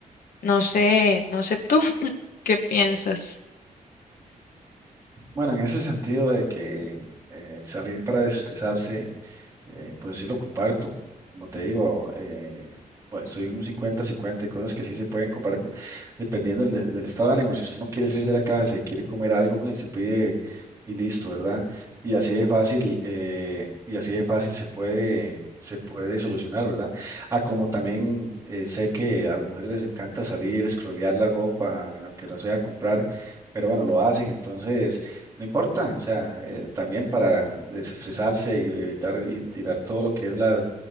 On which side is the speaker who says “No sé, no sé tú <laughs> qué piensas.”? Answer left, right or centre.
Left